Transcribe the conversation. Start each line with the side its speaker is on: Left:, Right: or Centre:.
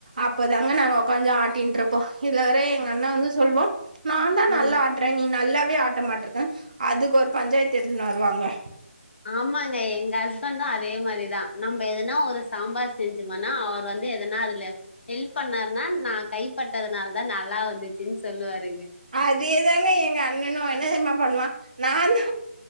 Right: அப்பதாங்க நாங்க உக்காஞ்சி ஆட்டின்ட்ருப்போ இதுல வேற
Left: சரி.
Right: எங்கண்ண வந்து சொல்வா நாந்தா நல்லா
Left: ம்
Right: ஆட்ற நீ நல்லா வே ஆட்ட மாட்ருக்க அதுக்கு ஒரு பஞ்சாயத்து எடுத்துனு வருவாங்க
Left: ஆமாங்க எங்க ஹஸ்பண்டு அதே மாரிதா நம்ம எதனா ஒரு சாம்பார் செஞ்சுமனா அவரு வந்து எதனா அதுல ஹெல்ப் பண்ணாருனா நா கைப்பட்டதுனால தா நல்லா வந்துச்சுன்னு சொல்லுவாருங்க
Right: அதே தாங்க எங்க அண்ணனு என்ன தெரிமா பண்ணுவா நாந்தா